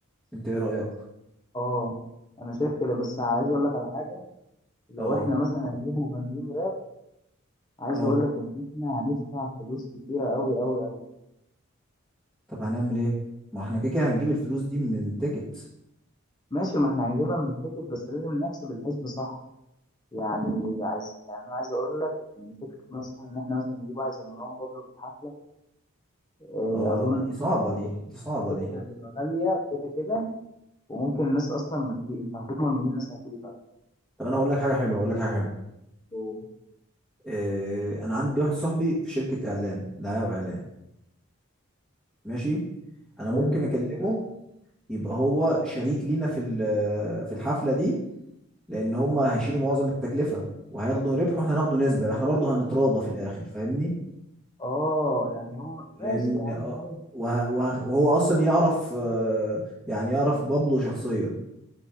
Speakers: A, in the centre; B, on the left.
A: انت ايه رأيك
B: اه انا شايف كده بس عايز اقول لك على حاجة لو
A: اه
B: احنا مثلا هنجيب مغنيين راب عايز
A: اه
B: اقول لك ان احنا هندفع فلوس كتيرة قوي قوي قوي
A: طب هنعمل ايه ما احنا كده كده هنجيب الفلوس دي من التيكت
B: ماشي ما احنا هنجيبها من التيكت بس لازم نحسب الحسب صح يعني عايز يعني انا عايز اقول لك ان فكرة مثلا ان احنا مثلا نجيب واحد زي مروان بابلو في الحفلة آه،
A: اه
B: اظن
A: لا دي صعبة
B: تيكت
A: دي دي صعبة
B: تيكت
A: دي
B: هتبقى غاليه كده كده وممكن الناس اصلا ما تجي انت هتضمن منين الناس هتيجي طيب
A: طب انا هقول لك حاجة حلوة هقول لك حاجة حلوة
B: أوه.
A: آه، انا عندي واحد صاحبي في شركة اعلان دعاية واعلان ماشي انا ممكن
B: حلو
A: اكلمه يبقى هو شريك لينا في ال- في الحفلة دي لان هم هيشيلوا معظم التكلفه وهياخدوا ربح واحنا هناخدوا نسبه احنا برضه هنتراضى في الاخر فاهمني
B: اه يعني هم
A: لان
B: ماشي يا عم
A: آه،
B: حلو
A: وه... وه... وهو اصلا يعرف آه، يعني يعرف بابلو شخصيا